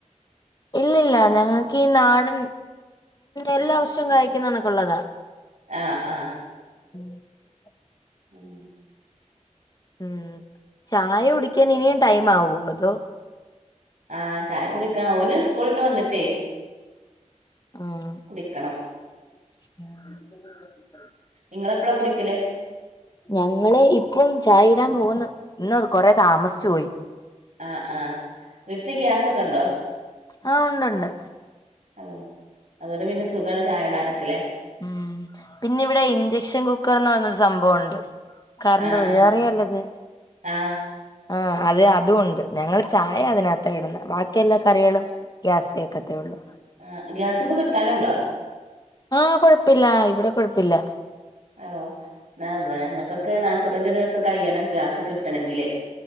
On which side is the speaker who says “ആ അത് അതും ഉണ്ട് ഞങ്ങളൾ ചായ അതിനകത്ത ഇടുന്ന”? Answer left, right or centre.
Left